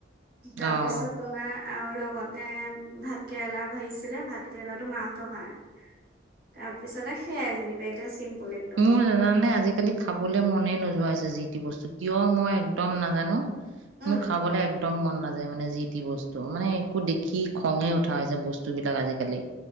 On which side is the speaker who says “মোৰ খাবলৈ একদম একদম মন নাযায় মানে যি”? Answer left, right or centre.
Right